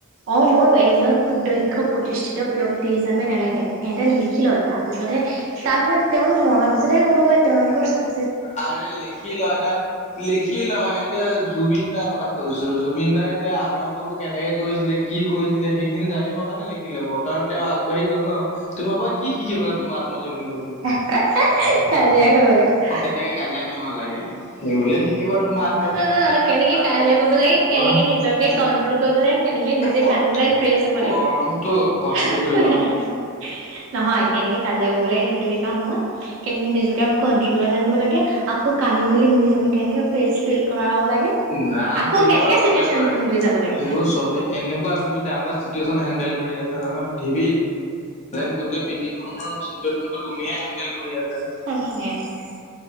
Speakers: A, on the right; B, on the left.
A: অ মই এজন সুদক্ষ প্ৰতিষ্ঠিত ব্যক্তি হিচাপে নেলেখে হিহঁতে লিখিলয় তাৰপিছতহে তাৰপিছত তেওঁলোক মৰাৰ পিছতহে গম পাই তেওঁলোকৰ চাক
B: আৰে লিখি লয় এটা লিখি লয় এতিয়া জুবিন দাৰ কথা কৈছো জুবিন দাৰ এতিয়া আদৰ্শবোৰ কেনেকে কৰিছিলে কি কৰিছিলে সেইখিনি জানিব কাৰণে লিখি লব কাৰণ তেওঁ আগবাঢ়ি গল ন তোমাৰ পৰা কি শিকিব তুমাৰ আত্মজীৱনী পহিলে।
A: এহ এহ এহ কাজিয়া কৰিবলে
B: অ কেনেকে কাজিয়া কৰিব লাগে সেইবোৰহে শিকিব তোমাৰ আত্মজী
A: অ অ অ কেনেকে
B: আত্মজীৱনীখনৰ
A: কাজিয়া কৰিব লাগে, কেনেকে
B: পৰা
A: নিজকে কণ্ট্ৰল কৰিব লাগে, কেনেকে নিজে
B: এই ক
A: কান্দিব লাগ। ফ্ৰেছ হ'ব লাগে
B: কণ্ট্ৰল কণ্ট্ৰল
A: হা
B: কৰিব
A: হে হে নহয় কেনেকে কাজিয়া কৰিব লাগে সেইটোহে কাম মই কেনেকে নিজকে কন্ট্ৰলত আনিব লাগে, আকৌ কানি মেলি নিজকে কেনেকে ফ্ৰেচ ফিল কৰাব লাগে।
B: নাই
A: আকৌ
B: সেইবোৰ
A: কেনেকে
B: আৰু চবেই
A: চিটুৱেশ্যনটোত
B: পাৰে
A: মিলি যাব লাগে
B: সেইবোৰ চবেই এনেকুৱা তুমি ডাঙৰ চিটুৱেচন হেন্দডেল কৰি আছা নহই পৃথিৱীত যেন গোটেই পৃথিৱখনৰ চিটুৱেশ্যন বোৰ তুমিহে হেডেল কৰি আছা
A: সকলো